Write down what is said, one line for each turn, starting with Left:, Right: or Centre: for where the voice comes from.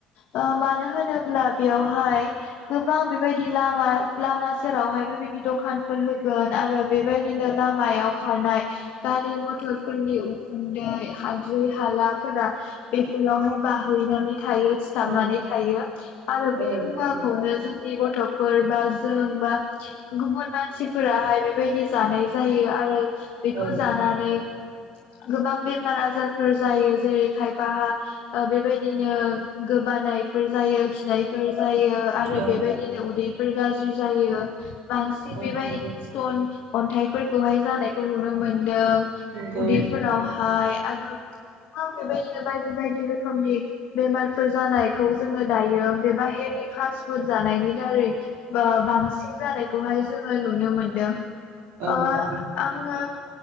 Left: ओ मानो होनोब्ला बेयावहाय गोबां बेबायदि लामा लामा सेरावहाय बेबायदि द'खान फोर होगोन आरो बेबायदिनो लामायाव खारनाय गारि मथ'रफोरनि उखुन्दै हाद्रि हालाफोरा बेफोरावहाय बाहैनानै थायो सिथाबनानै
Right: औ
Left: थायो। आरो
Right: औ
Left: बे मुवाखौनो
Right: नंगौ
Left: जों नि गथ'फोर बा जों बा गुबुन मानसिफोराहाय बेबायदि जानाय जायो आरो बेखौ
Right: औ
Left: जानानै गोबां बेमार आजारफोर जायो जेरै खायफाहा बेबायदिनो गोबानायफोर जायो खिनायफोर जायो। आरो
Right: औ
Left: बेबायदिनो उदैफोर गास जि जायो बां थिग
Right: औ
Left: बेबायदि
Right: नंगौ
Left: स्टन अन्थाइ फोरखौहाय जानायखौ नुनो मोनदों।
Right: नंगौ
Left: उदैफोरावहाय आरो बेबायदिनो बायदि बायदि रोखोमनि बेमारफोर जानायखौ जोङो दायो बे बाहेरनि फास्ट फुड जानायनि दारै ओ बांसिन जानायखौहाय जोङो नुनो मोनदों। ओ
Right: औ नंगौ
Left: आङो